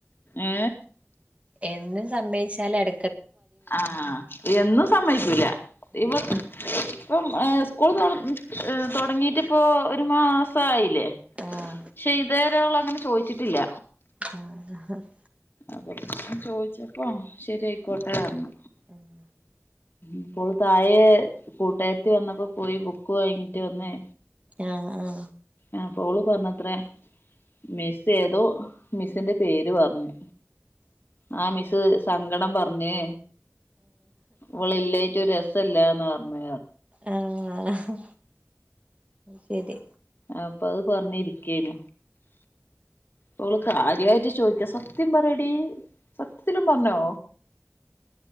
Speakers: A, on the left (about 45°); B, on the right (about 25°).
A: ഏ
B: എന്നും സമ്മയച്ചാല എട
A: ആഹ എന്നും സമ്മക്കൂല
B: ആഹ്
A: ഇവ <unintelligible> ഇപ്പം സ്കൂൾ തുടങ്ങിയിട്ടിപ്പോൾ ഒരു മാസയില്ലേ
B: ആഹ്
A: പക്ഷെ ഇതവര അവള അങ്ങനെ ചോയിച്ചിട്ടില്ല.
B: ആഹ <unintelligible>
A: അപ്പൊ ചോദിച്ചപ്പോ ശരി ആയിക്കോട്ടെ പറഞ്ഞു.
B: ഉം
A: ഇപ്പോൾ താഴെ കൂട്ടായത്തി വന്നപ്പോ പോയി ബുക്ക് വാങ്ങിട്ട് വന്നേ
B: ആഹ് ആ
A: ആ പോള് പറഞ്ഞത്രേ മിസ് ഏതോ മിസ്സിന്റെ പേര് പറഞ്ഞു. ആഹ മിസ്സ് സങ്കടം പറഞ്ഞേ അവള ഇല്ലായിറ്റ് രസല്ലന്ന പറഞ്ഞ
B: ആഹ് ആഹ് ശരി
A: അപ്പൊ അത് പറഞ്ഞ ഇരിക്കേന അവള് കാര്യമായിട്ട് ചോദിക്ക സത്യം പറയടി സത്യത്തിലും പറഞ്ഞോ